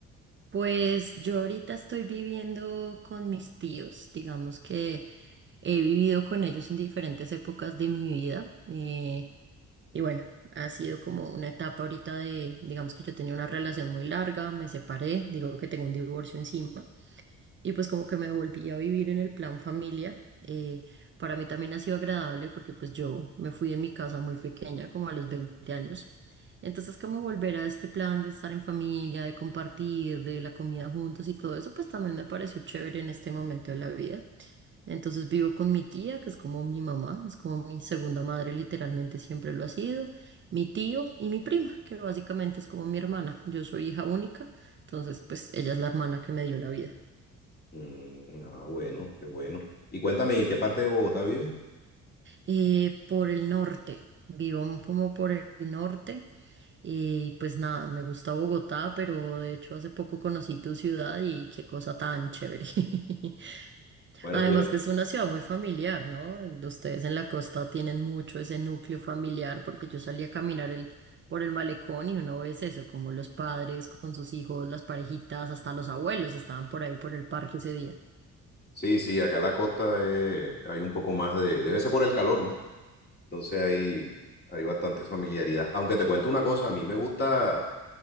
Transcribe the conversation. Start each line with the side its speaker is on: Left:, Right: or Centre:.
Right: Pues yo ahorita estoy viviendo con mis tíos, digamos que he vivido con ellos en diferentes épocas de mi vida eh, y bueno, ha sido como una etapa ahorita de, digamos que yo tenía una relación muy larga, me separé, digo que tengo un divorcio encima. Y pues como que me volví a vivir en el plan familia. Eh, para mí también ha sido agradable porque pues yo me fui de mi casa muy pequeña, como a los 20 años. Entonces como volver a este plan de estar en familia, de compartir, de la comida juntos y todo eso, pues también me pareció chévere en este momento de la vida. Entonces vivo con mi tía, que es como mi mamá, es como mi segunda madre, literalmente siempre lo ha sido, mi tío y mi prima, que básicamente es como mi hermana. Yo soy hija única, entonces pues ella es la hermana que me dio la vida.
Left: Mm, ah, bueno, qué bueno. Y cuéntame, ¿en qué parte de Bogotá vives?
Right: Eh, por el norte, vivo un poco por el norte y pues nada, me gusta Bogotá, pero de hecho hace poco conocí tu ciudad y qué cosa tan chévere. <laughs>
Left: Bueno,
Right: Además
Left: fíjate-
Right: que es una ciudad muy familiar, ¿no? Ustedes en la costa tienen mucho ese núcleo familiar porque yo salí a caminar el, por el malecón y uno ve eso, como los padres con sus hijos, las parejitas, hasta los abuelos estaban por ahí por el parque ese día.
Left: sí, sí, acá en la costa eh, hay un poco más de, debe ser por el calor, ¿no? Entonces hay, hay bastante familiaridad. Aunque te cuento una cosa, a mí me gusta